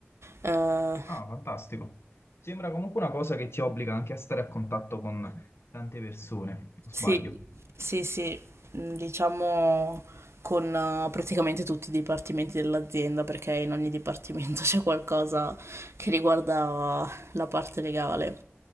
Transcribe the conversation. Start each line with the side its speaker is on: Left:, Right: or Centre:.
Right: Eh,
Left: Ah, fantastico. Sembra comunque una cosa che ti obbliga anche a stare a contatto con tante persone, o
Right: sì,
Left: sbaglio?
Right: sì, sì, mm, diciamo con eh, praticamente tutti i dipartimenti dell'azienda, perché in ogni dipartimento <laughs> c'è qualcosa che riguarda la parte legale.